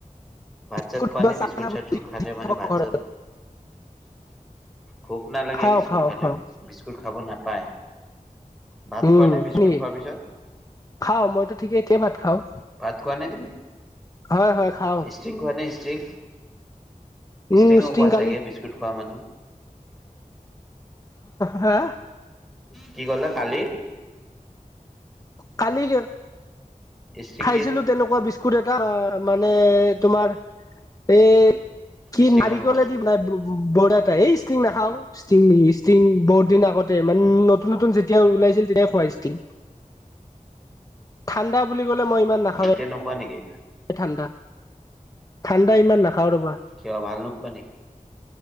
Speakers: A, in the centre; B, on the left.
A: ভাত চাত
B: বিস্কুট
A: খোৱা
B: বা
A: নে
B: চানা
A: বিস্কুট চিস্কুট খালে মানে ভাত
B: ঘৰত
A: চাত ভোক নালাগে
B: খাওঁ
A: বিস্কুট
B: খাওঁ
A: খালে
B: খাওঁ
A: বিস্কুট খাব নাপায়। ভাত
B: উম
A: খোৱা নে বিস্কুট
B: শুনে
A: খোৱাৰ পিছত?
B: খাওঁ মইতো ঠিকেই এতিয়া ভাত খাওঁ
A: ভাত খোৱা নে তুমি?
B: হয় হয় খাওঁ।
A: ষ্ট্ৰিং খোৱা নে ষ্ট্ৰিং ষ্ট্ৰিংও
B: উম ষ্টিং
A: খোৱা
B: কালি
A: চাগে বিস্কুট খোৱা মানুহ
B: হা
A: কি ক'লা কালি
B: কালি যে
A: ষ্ট্ৰিং
B: খাইছিলোঁ
A: কি
B: তেনেকোৱা বিস্কুট এটা মানে তোমাৰ এই কি
A: ষ্ট্ৰিঙৰ
B: নাৰিকললে
A: লগত
B: দি বনাই বৰ এ তাই এই ষ্টিং নাখাওঁ। ষ্টিং ষ্টিং বহুত দিন আগতে মানে নতুন নতুন যেতিয়া ওলাইছিল তেতিয়াই খোৱাই ষ্টিং।
A: অঁ।
B: ঠাণ্ডা বুলি ক'লে মই ইমান নাখাওঁ এ।
A: তেনেকুৱা নেকি?
B: ঠাণ্ডা ঠাণ্ডা ইমান নাখাওঁ ৰ'বা
A: কিয় ভাল নোপোৱা নি?